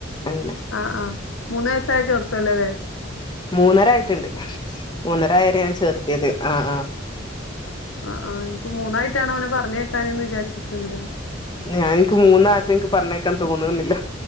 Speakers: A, on the left; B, on the left.
A: അങ്ങനെ
B: ആഹ് ആഹ് മൂന്ന് വയസായ ചേർത്തല്ലല്ലേ
A: മൂന്നരായിട്ടുണ്ട് മൂന്നര ആര ഞാൻ ചേർത്തിയത് ആആ
B: ആഹ് ആഹ് എനിക്ക് മൂന്നായിട്ടാണ് അവനെ പറഞ്ഞേക്കാന് എന്ന് വിചാരിച്ചുക്കുണ്ട് തന്നെ
A: ഞാൻ എനിക്ക് മൂന്ന് ആളിനെയും എനിക്ക് പറഞ്ഞേക്കാൻ തോന്നുന്നുന്നില്ല